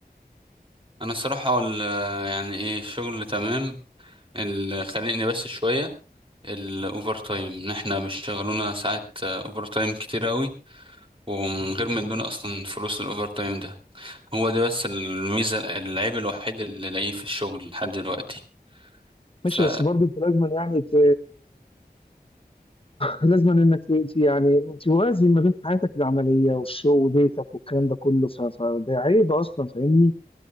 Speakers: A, on the right; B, on the left.
A: انا الصراحه ال- يعني ايه الشغل تمام اللي خانقني بس شويه الاوفر تايم ان احنا بيشتغلونا ساعات اوفر تايم كتير قوي ومن غير ما يدونا اصلا فلوس الاوفر تايم ده هو ده بس الميزه العيب الوحيد اللي لاقيه في الشغل لحد دلوقتي
B: ماشي
A: ف
B: بس برضه انت لازم يعني ت- لازم انك ت- يعني توازن ما بين حياتك العمليه والشغل وبيتك والكلام ده كله ف- فده عيب اصلا فاهمني